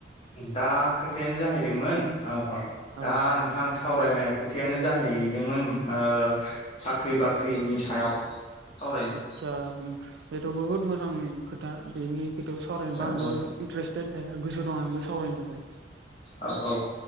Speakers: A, on the left (about 30°); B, on the right (about 65°).
A: दा खोथायानो जाहैदोंमोन ओ अ दा
B: औ
A: नोंथां स सावरायनाय खोथायानो जाहैदोंमोन ओ साख्रि बाख्रिनि सायाव सावरायनो
B: आतसा उम बेथ बुहुत मोजां खोथा। बेनि खोथायाव सावरायनो
A: औ
B: आंबो
A: औ
B: इन्टारेस्टेड दे। गोसो दङ आंबो सावरायनो थाखाय।
A: औ-औ